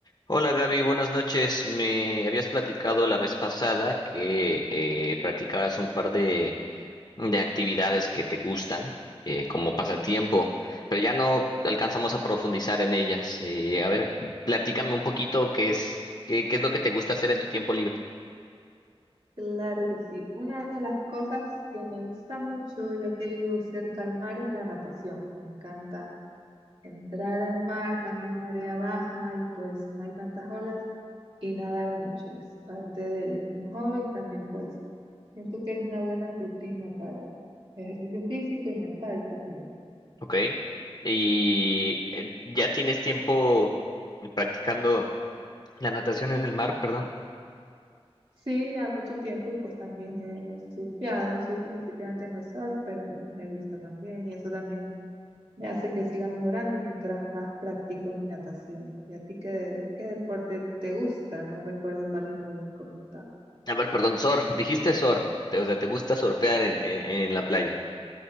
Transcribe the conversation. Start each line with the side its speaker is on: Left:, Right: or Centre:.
Left: Hola Gaby, buenas noches. Me habías platicado la vez pasada que eh, practicabas un par de, de actividades que te gustan eh, como pasatiempo, pero ya no alcanzamos a profundizar en ellas. Eh, a ver, platícame un poquito qué es, qué, qué es lo que te gusta hacer en tu tiempo libre.
Right: Claro que sí. Una de las cosas que me gusta mucho, ya que vivo cerca al mar, es la natación. Me encanta entrar al mar cuando hay marea baja y pues no hay tantas olas y nadar mucho. Es parte de un hobby también, pues siento que es una buena rutina para ejercicio físico y mental también.
Left: Ok. Y eh, ya tienes tiempo practicando la natación en el mar, perdón.
Right: Sí, ya mucho tiempo y pues también he surfeado. Soy principiante en el surf, pero me gusta también y eso también me hace que siga mejorando mientras más practico mi natación. ¿Y a ti qué, qué deporte te gusta? No recuerdo cuáles me habías comentado.
Left: A ver, perdón, surf. Dijiste surf. Te- o sea, te gusta surfear en en- en la playa.